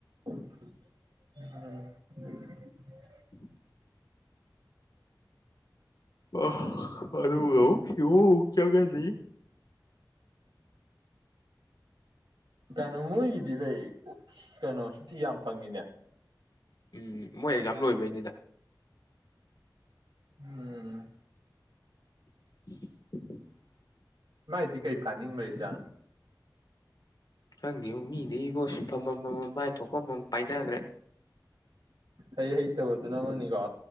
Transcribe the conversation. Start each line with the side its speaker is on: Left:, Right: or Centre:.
Right: ꯍꯝ
Left: ꯎꯝ ꯑ ꯑꯗꯨ ꯍ ꯆꯒꯁꯤ
Right: ꯀꯩꯅꯣ ꯃꯣꯏꯒꯤꯗꯤ ꯀꯩ ꯀꯩꯅꯣ ꯁꯨꯇꯤ ꯌꯥꯝ ꯐꯪꯉꯤꯅꯦ
Left: ꯎꯝ ꯃꯣꯏ ꯑꯦꯛꯖꯥꯝ ꯂꯣꯏꯕꯩꯅꯤꯗ
Right: ꯎꯝ
Left: <inaudible>
Right: ꯃꯥꯥꯏꯗꯤ ꯀꯩ ꯄ꯭ꯂꯥꯅꯤꯡ ꯂꯩꯖꯅ
Left: ꯈꯪꯗꯦ ꯃꯤꯗ ꯏꯕꯣ ꯁꯤꯟꯐꯝꯃꯝ ꯃꯥꯏ ꯊꯣꯛꯐꯝꯝ ꯄꯥꯏꯅꯈ꯭ꯔꯦ
Right: ꯍꯩ ꯍꯩꯇꯕꯗꯨ ꯅ ꯑꯃꯅꯤꯅꯤꯀꯣ